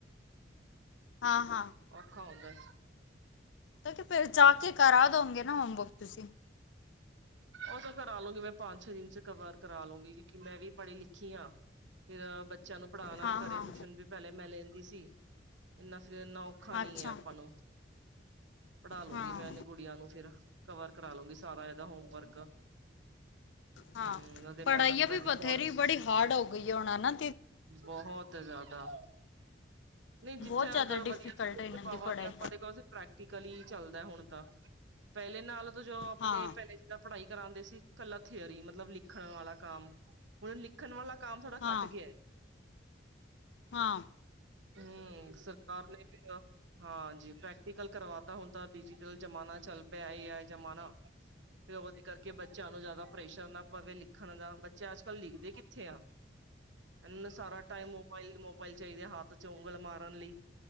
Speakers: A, on the left (about 80°); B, on the right (about 85°).
A: ਹਾਂ ਹਾਂ
B: ਔਖਾ ਹੁੰਦਾ।
A: ਤਾਂ ਫਿਰ ਜਾ ਕੇ ਕਰਾ ਦਉਗੇ ਨਾ ਹੋਮਵਰਕ, ਤੁਸੀਂ?
B: ਉਹ ਤਾਂ ਕਰਾ ਲਉਗੀ ਮੈਂ ਪੰਜ ਛੇ ਦਿਨ 'ਚ ਕਵਰ ਕਰਾ ਲਉਗੀ, ਕਿਉਂਕਿ ਮੈਂ ਵੀ ਪੜ੍ਹੀ ਲਿਖੀ ਆ। ਫਿਰ ਬੱਚਿਆਂ ਨੂੰ ਪੜ੍ਹਾਣਾ
A: ਹਾਂ
B: ਘਰੇ
A: ਹਾਂ
B: ਟਿਊਸ਼ਨ ਵੀ ਪਹਿਲੇ ਮੈਂ ਲੈਂਦੀ ਸੀ। ਇੰਨਾ ਫਿਰ ਇਨਾ ਔਖਾ ਨਹੀਂ
A: ਅੱਛਾ
B: ਹੈ ਆਪਾਂ ਨੂੰ। ਪੜ੍ਹਾ ਲੂੰਗੀ
A: ਹਾਂ
B: ਮੈਂ ਇਹਨੇ ਗੁੜੀਆਂ ਨੂੰ ਫ਼ਿਰ, ਕਵਰ ਕਰਾ ਲੂੰਗੀ ਸਾਰਾ ਇਹਦਾ ਹੋਮਵਰਕ।
A: ਹਾਂ
B: ਹਮ ਉਹਦੇ
A: ਪੜ੍ਹਾਈਆਂ
B: ਮੈਡਮ ਦਾ
A: ਵੀ ਬਥੇਰੀ
B: ਕੋਲ
A: ਬੜੀ ਹਾਰਡ ਹੋ ਗਈ ਆ ਹੁਣ ਹਨਾਂ।
B: ਬਹੁਤ ਜ਼ਿਆਦਾ। ਨਹੀਂ ਜਿੱਥੇ
A: ਬਹੁਤ ਜ਼ਿਆਦਾ
B: ਅਗਰ
A: ਡਿਫੀਕਲਟ
B: ਵਧੀਆ ਸਕੂਲ
A: ਹੈ ਇਹਨਾਂ
B: ਤੇ ਪਾਵਾਂਗੇ
A: ਦੀ ਪੜ੍ਹਾਈ
B: ਆਪਾਂ ਦੇਖੋ ਪ੍ਰੈਕਟੀਕਲੀ ਚੱਲਦਾ ਹੁਣ ਤਾਂ, ਪਹਿਲੇ ਨਾਲ ਤਾਂ ਜੋ ਆਪਣੇ
A: ਹਾਂ
B: ਪਹਿਲੇ ਜੀ ਦਾ ਪੜ੍ਹਾਈ ਕਰਾਂਂਦੇ ਸੀ ਕੱਲਾ ਥਿਅਰੀ, ਮਤਲਬ ਲਿਖਣ ਵਾਲਾ ਕੰਮ, ਹੁਣ ਲਿਖਣ ਵਾਲਾ ਕੰਮ ਥੋੜ੍ਹਾ
A: ਹਾਂ
B: ਘੱਟ ਗਿਆ ਏ।
A: ਹਾਂ
B: ਹੂ ਸਰਕਾਰ ਨੇ ਕਿੰਨਾ ਹਾਂਜੀ ਪ੍ਰੈਕਟੀਕਲ ਕਰਵਾਤਾ ਹੁਣ ਤਾਂ ਡਿਜੀਟਲ ਜਮਾਨਾ ਚੱਲ ਪਿਆ ਏ, ਏ ਆਈ ਜਮਾਨਾ। ਫਿਰ ਔਦੇ ਕਰਕੇ ਬੱਚਿਆਂ ਨੂੰ ਜਿਆਦਾ ਪ੍ਰੈਸ਼ਰ ਨਾ ਪਵੇ ਲਿਖ ਲਿਖਣ ਦਾ ਬੱਚੇ ਅੱਜ ਕੱਲ੍ਹ ਲਿਖਦੇ ਕਿੱਥੇ ਆ। ਇਹਨਾਂ ਸਾਰਾ ਟਾਈਮ ਮੋਬਾਈਲ, ਮੋਬਾਈਲ ਚਾਹੀਦੇ ਆ, ਹੱਥ 'ਚ ਉਂਗਲ ਮਾਰਨ ਲਈ।